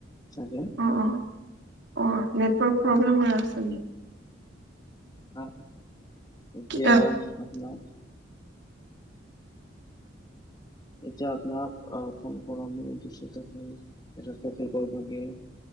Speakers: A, on the left; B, on the right.
A: চাগে
B: অ অ অ নেটৱৰ্ক প্ৰব্লেম
A: আ
B: হৈ আছে
A: অ এতিয়া
B: কি অ
A: আপোনাৰ এতিয়া আপোনাক আহ ফোন কৰাৰ মূল উদ্দেশ্যটো হৈছে এটা টপিকৰ বাবে